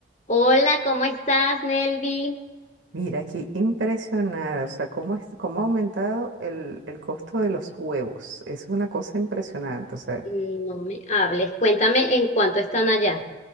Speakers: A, on the left; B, on the right.
A: Hola, ¿cómo estás, Nelvi?
B: Mira, aquí impresionada, o sea, cómo, es, cómo ha aumentado el, el costo de los huevos. Es una cosa impresionante, o sea,
A: No me hables, cuéntame en cuánto están allá.